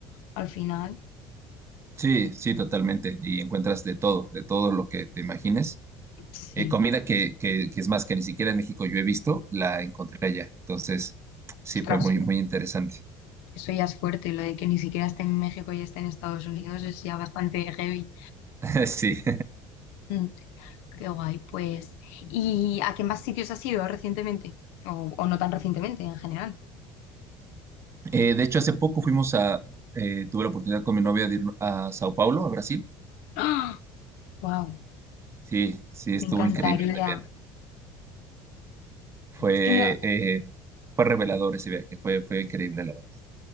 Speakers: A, on the left; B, on the right.
A: al final,
B: sí, sí, totalmente. Y encuentras de todo, de todo lo que te imagines.
A: sí.
B: Eh, comida que, que, que es más que ni siquiera en México yo he visto, la encontré allá. Entonces, sí,
A: Ostras,
B: fue muy, muy interesante.
A: eso ya es fuerte, lo de que ni siquiera esté en México y esté en Estados Unidos es ya bastante heavy.
B: <laughs> Sí.
A: Mm, qué guay, pues. ¿Y a qué más sitios has ido recientemente? O, o no tan recientemente, en general.
B: Eh, de hecho, hace poco fuimos a, eh, tuve la oportunidad con mi novia de ir a Sao Paulo, a Brasil.
A: ¡Ah! ¡Wow!
B: Sí, sí, estuvo
A: Me encantaría.
B: increíble también. Fue,
A: Es que yo,
B: eh, fue revelador ese viaje, fue, fue increíble, la verdad.